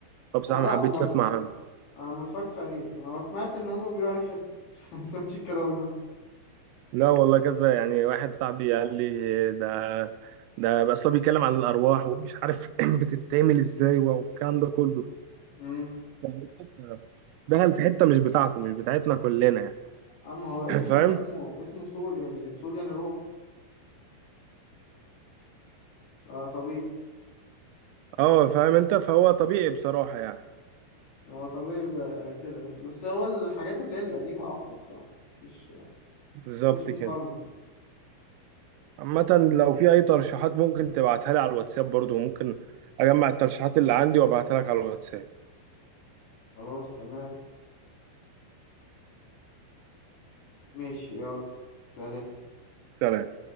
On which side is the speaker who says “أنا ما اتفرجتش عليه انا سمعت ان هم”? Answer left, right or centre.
Left